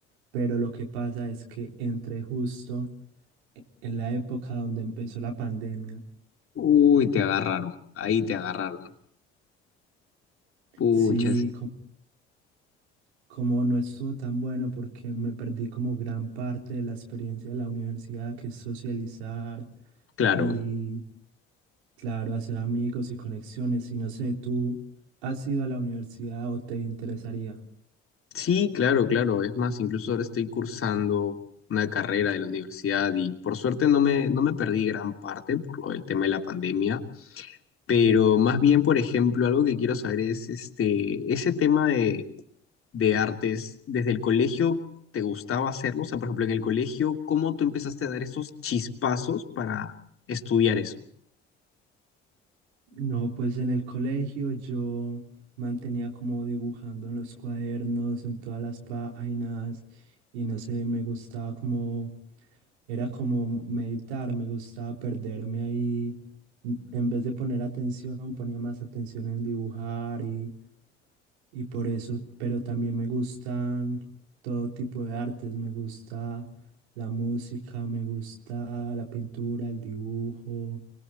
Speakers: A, on the right; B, on the left.
A: pero lo que pasa es que entré justo e, en la época donde empezó la pandemia.
B: Uy, te agarraron, ahí te agarraron. Puchas,
A: Sí, Como no estuvo tan bueno porque me perdí como gran parte de la experiencia de la universidad, que es socializar
B: claro.
A: y, claro, hacer amigos y conexiones. Y no sé, ¿tú has ido a la universidad o te interesaría?
B: Sí, claro, claro. Es más, incluso ahora estoy cursando una carrera de la universidad y por suerte no me, no me perdí gran parte por lo del tema de la pandemia, pero más bien, por ejemplo, algo que quiero saber es este, ese tema de, de artes, ¿desde el colegio te gustaba hacerlo? O sea, por ejemplo, en el colegio, ¿cómo tú empezaste a dar esos chispazos para estudiar eso?
A: No, pues en el colegio yo mantenía como dibujando en los cuadernos, en todas las páginas, y no sé, me gustaba como Era como meditar, me gustaba perderme ahí. En vez de poner atención, ponía más atención en dibujar y, y por eso, pero también me gustan todo tipo de artes, me gusta la música, me gusta la pintura, el dibujo.